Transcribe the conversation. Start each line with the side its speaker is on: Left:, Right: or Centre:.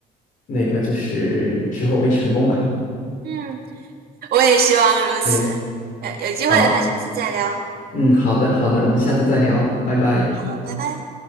Left: 那个就是之后会成功吧。
Right: 嗯，我也希望如此。
Left: 对，
Right: 呃，有机会的话，
Left: 好，
Right: 下次再聊。
Left: 嗯，好的，好的，我们下次再聊，
Right: 嗯
Left: 拜拜。
Right: 嗯，好，拜拜。